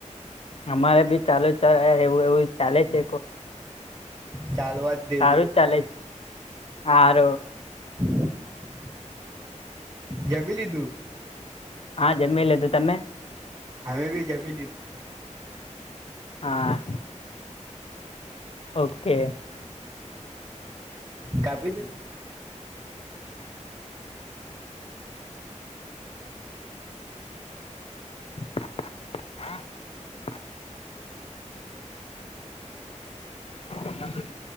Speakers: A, on the left (about 50°); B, on the right (about 35°).
A: અમારે બી ચાલુ એવું એવું ચાલે છે.
B: ચાલવા જ દેજો
A: સારું જ ચાલે છે આાર
B: <unintelligible> જમી લીધું
A: હા જમી લ હતું તમે?
B: અમે બી જમી લીધું.
A: હા. ઓકે.
B: કાપી દ
A: <inaudible> <inaudible>